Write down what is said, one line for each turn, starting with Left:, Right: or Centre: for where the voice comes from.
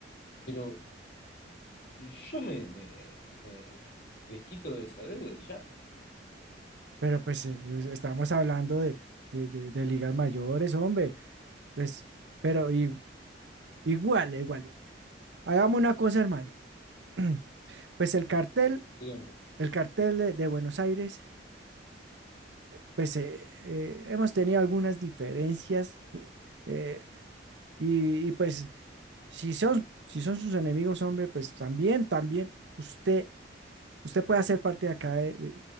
Left: Pero yo me, me, me desquito de esa deuda y ya.
Right: pero pues eh, pues, estamos hablando de, de, de- de ligas mayores, hombre, pues, pero i- igual, igual. Hagamos una cosa, hermano. <clears throat> Pues el cartel
Left: Dígame,
Right: el cartel de Buenos Aires, pues eh, eh, hemos tenido algunas diferencias eh, y, y, pues si son, si son sus enemigos, hombre, pues también, también usted, usted puede hacer parte de acá de,